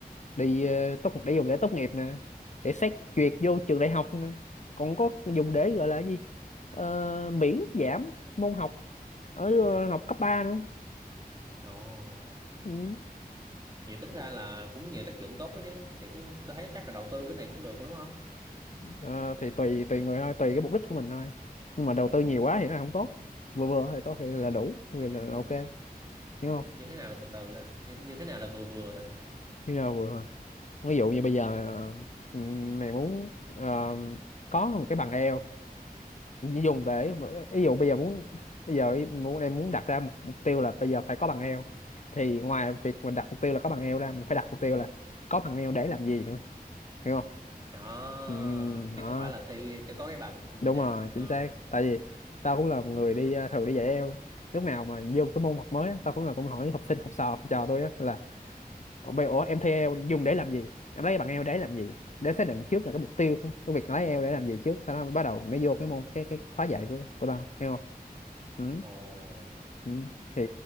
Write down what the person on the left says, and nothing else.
đi ờ, tốt để dùng để tốt nghiệp nè để xét duyệt vô trường đại học nè còn có dùng để gọi là cái gì Ờ, miễn giảm môn học ở ờ, học cấp 3 nữa
ừ.
Ờ, thì tùy tùy người thôi tùy cái mục đích của mình thôi nhưng mà đầu tư nhiều quá thì nó không tốt vừa vừa thì tốt thì là đủ vừa là, là ok hiểu không
như là vừa thôi. ví dụ như
bây giờ ừm, mày muốn ờ, có một cái bằng eo dùng để ví dụ bây giờ muốn bây giờ ý- muốn em muốn đặt ra một mục tiêu là bây giờ phải có bằng eo thì ngoài việc mình đặt mục tiêu là có bằng eo ra mình phải đặt mục tiêu là có bằng eo để làm gì nữa hiểu không
Ừm,
đó
đúng
rồi
chính xác tại vì tao cũng là một người đi ờ, thường đi dạy eo lúc nào mà vô cái môn học mới á, tao cũng là cũng hỏi học sinh học trò học trò tôi á là ủa bây- ủa, em thi eo dùng để làm gì em lấy bằng eo để làm gì để xác định trước là cái mục tiêu của- cái việc lấy eo để làm gì trước sau đó mới bắt đầu mới
vô cái môn cái cái khóa dạy của của tao hiểu không ừ,
ừ. thì